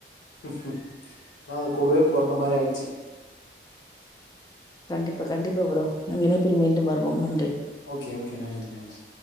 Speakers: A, on the left; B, on the left.
A: அதா அது கூடுவே பொறந்த மாரி ஆயிட்ச்சு
B: கண்டிப்பா கண்டிப்பா ப்ரோ நம் இணைப்பில் மீண்டும் வருவோம் நன்றி
A: ஓகே ஓகே நன்றி நன்றி